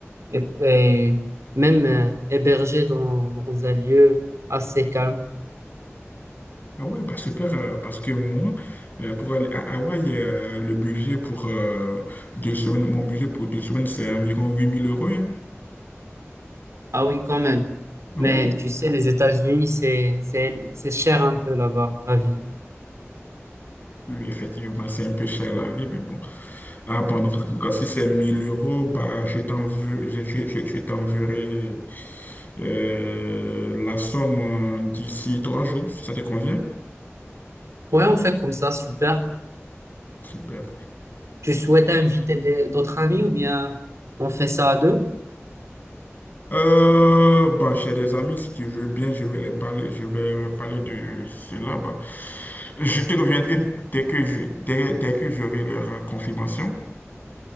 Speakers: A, on the right; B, on the left.
A: et- et même euh, héberger dans, dans un lieu assez calme.
B: Ah ouais, bah super, euh, parce que moi, euh, pour aller à Hawaï, euh, le budget pour euh, deux semaines, mon budget pour deux semaines, c'est environ 8000 euros. hein.
A: Ah oui, quand même.
B: Ah
A: Mais
B: Ouais,
A: tu sais, les États-Unis, c'est, c'est, c'est cher un peu là-bas, la vie.
B: oui, effectivement, c'est un peu cher la vie, mais bon. Ah bon, donc quand si c'est 1000 euros, bah je t'enverrai je, je- je- je t'enverrai, euh, la somme euh, d'ici trois jours, si ça te convient.
A: Ouais, on fait comme ça, super.
B: Super.
A: Tu souhaites inviter des- d'autres amis ou bien on fait ça à deux?
B: Euh, bah, j'ai des amis, si tu veux bien, je vais les parler, je vais leur parler de cela. Bah, je te reviendrai dès que je, dès, dès que j'aurai leur euh, confirmation.